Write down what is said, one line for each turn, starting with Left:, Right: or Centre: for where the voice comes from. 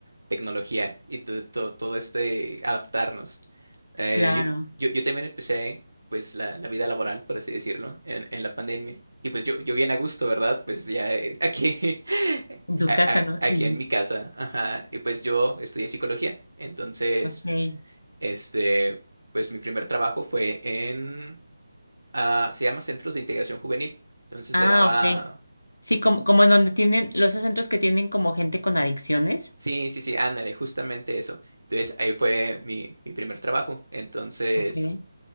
Right: tecnología y to- to- todo este adaptarnos. Eh,
Left: Claro.
Right: yo, yo, yo también empecé, pues, la, la vida laboral, por así decirlo, en, en la pandemia. Y pues yo, yo bien a gusto, ¿verdad? Pues ya eh, aquí, <laughs>
Left: En tu
Right: a-
Left: casa,
Right: a-
Left: ¿no?
Right: aquí
Left: Sí.
Right: en mi casa. Ajá. Y pues yo estudié psicología. Entonces,
Left: Ok.
Right: este, pues mi primer trabajo fue en, ah, se llama Centros de Integración Juvenil. Entonces
Left: Ah,
Right: le daba
Left: ok. Sí, como, como en donde tienen, los esos centros que tienen como gente con adicciones.
Right: Sí, sí, sí, ándale, justamente eso. Entonces, ahí fue mi, mi primer trabajo. Entonces,
Left: Ok.